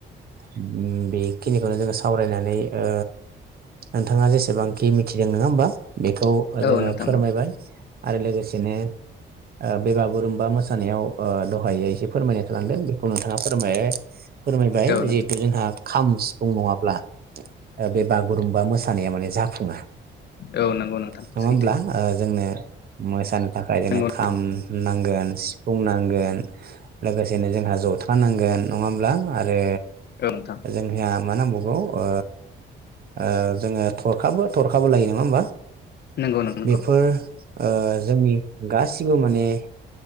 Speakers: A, on the right; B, on the left.
A: उम बेखिनिखौनो जोङो सावरायनानै ओ नोंथाङा जेसेबांखि मिथिदों नङा होमबा? बेखौ जोङो
B: औ नोंथां औ नोंथां
A: फोरमायबाय। आरो लोगोसेनो‌ ओ बे बागुरुम्बा मोसानायाव ओ दहायो एसे फोरमायनाय थांलांदों बेखौनो ओ फोरमायहै। फोरमायबाय
B: औ नोंथां
A: जिहेतु जोंहा खाम सिफुं नङाब्ला बे बागुरुम्बा मोसानाया माने जाफुङा।
B: औ नंगौ नोंथां
A: नङा
B: सैथो
A: होमब्ला ओ जोंनो मोसानो थाखाय जोंनो
B: नंगौ नोंथां
A: खाम नांगोन सिफुंनांगोन लोगोसेनो जोंहा जथा नांगोन नङाब्ला आरो
B: औ नोंथां
A: जोंहा मा नांबावगौ ओ ओ जोङो थरखाबो थरखाबो लायो नङा होमबा।
B: नंगौ नों नंगौ
A: बेफोर ओ जोंनि गासिबो माने